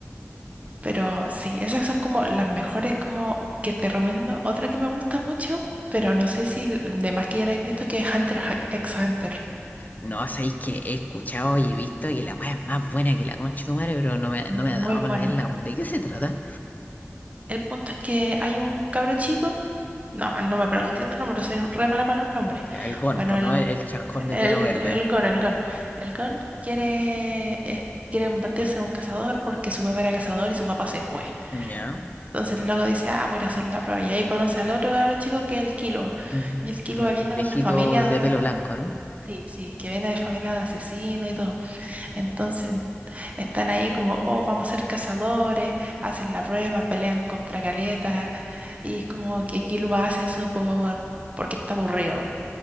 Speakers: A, on the right (about 30°); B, on the left (about 35°).
A: Pero sí, esas son como las mejores como que te recomiendo. Otra que me gusta mucho, pero no sé si l- de más que ya la he visto, que es Hunter ha- x Hunter.
B: No, sabéis que he escuchado y he visto que la weá es más buena que la concha de tu madre, pero no me, no me
A: Muy
B: ha dado
A: buena.
B: para verla, weón. ¿De qué se trata?
A: El punto es que hay un cabro chico, no, no me pregunté el nombre, soy re mala para los nombres.
B: Ya, el gon,
A: Bueno,
B: pues
A: el,
B: no el, el chascón de
A: el,
B: pelo verde.
A: el Gon, el Gon. El Gon quiere, es- quiere convertirse en un cazador porque su papá era cazador y su papá se fue.
B: Ya.
A: Entonces el loco dice, ah, voy a ir a hacer la prueba. Y ahí conoce al otro cabro chico que es el Killua.
B: Ujú.
A: Y el Killua
B: El
A: viene
B: pendejito
A: de una familia,
B: de pelo blanco, ¿no?
A: sí, sí, que viene de familia de asesinos y todo. Entonces están ahí como, oh, vamos a ser cazadores, hacen la prueba, pelean contra Caleta. Y es como que Killua hace eso por, porque está aburrido,